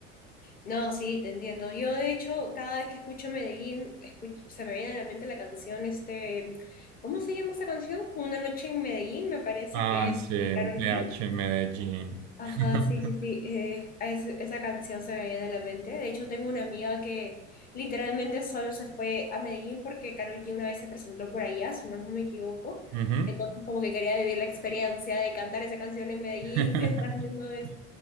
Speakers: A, on the left (about 20°); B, on the right (about 45°).
A: No, sí, te entiendo. Yo, de hecho, cada vez que escucho Medellín, escuch- se me viene a la mente la canción, este, ¿cómo se llama esa canción? Una noche en Medellín, me parece
B: Ah,
A: que es
B: sí,
A: de Karol
B: un PH
A: G.
B: en Medellín.
A: Ajá,
B: <laughs>
A: sí, sí, sí. eh, es- esa canción se me viene a la mente. De hecho, tengo una amiga que literalmente solo se fue a Medellín porque Karol G una vez se presentó por allá, si más no me equivoco.
B: Ujú.
A: Entonces, como que quería vivir la experiencia de cantar esa canción en Medellín.
B: <laughs>
A: <laughs> Estás viendo es